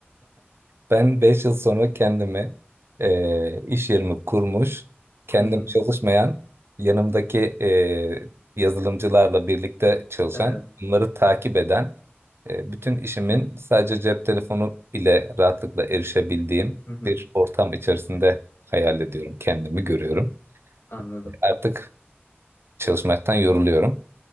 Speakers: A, on the right; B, on the left.
A: Ben 5 yıl sonra kendimi e, iş yerimi kurmuş, kendim
B: <laughs> Hı hı.
A: çalışmayan, yanımdaki e, yazılımcılarla birlikte çalışan,
B: Evet.
A: bunları takip eden, e, bütün işimin sadece cep telefonu ile rahatlıkla erişebildiğim
B: Hı hı.
A: bir ortam içerisinde hayal ediyorum, kendimi görüyorum.
B: Anladım.
A: Artık çalışmaktan yoruluyorum.